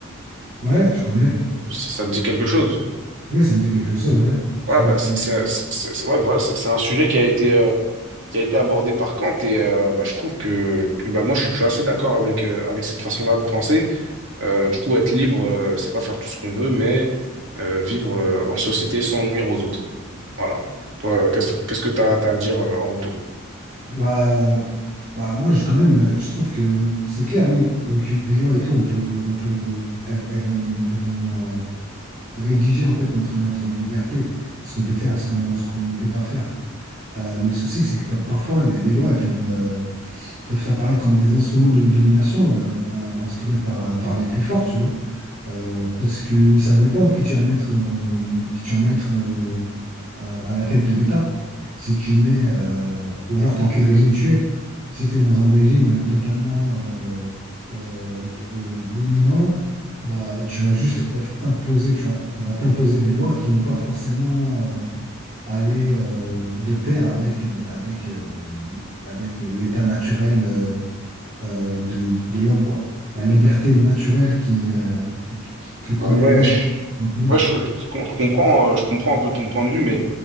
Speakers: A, on the right; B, on the right.
A: Ouais, je connais.
B: Ça, ça te dit quelque chose?
A: Oui, ça me dit quelque chose, ouais. Très
B: Voilà,
A: bon
B: bah,
A: philosophe.
B: c'est c'est un c'est- c'est- ouais, voilà, c'est- c'est un sujet qui a été, euh, qui a été abordé par Kant et euh, bah, je trouve que, que, bah, moi je suis, je suis assez d'accord avec, euh, avec cette façon-là de penser. Euh, du coup, être libre, euh, c'est pas faire tout ce qu'on veut, mais euh, vivre euh, en société sans nuire aux autres. Voilà. Toi, euh, qu'est-ce qu'est-ce que tu as, à dire euh, en retour?
A: Bah, bah moi, je, quand même, euh, je trouve que c'est clair, oui, avec une- des lois et tout, on peut, on peut, elles, elles vont, elles vont euh, rédiger en fait notre, notre liberté, ce qu'on peut faire et ce que l'on- ce qu'on ne peut pas faire. Euh, mais le souci, c'est que pa- parfois, les, les lois, elles peuvent, euh, peuvent apparaître comme des instruments de domination euh, in- instaurés par, par les plus forts, tu vois. Euh, parce que ça dépend qui tu vas mettre, euh, qui tu vas mettre euh, à à la tête de l'État. Si tu mets, euh, ou alors dans quel régime tu es. Si tu es dans un régime euh, totalement euh, euh, d- euh, dominant, bah, tu vas juste être imposé, tu vois, on va t'imposer des lois qui vont pas forcément euh, aller euh, de pair avec, euh, avec, euh, avec euh, l'état naturel euh, euh, de, de l'homme, quoi. La liberté naturelle qui est, euh, qui- qui- que connaît
B: Bon, Ouais,
A: l'homme
B: je,
A: pour continuer.
B: ouais, je, je- je com- je comprends, euh, je comprends un peu ton point de vue, mais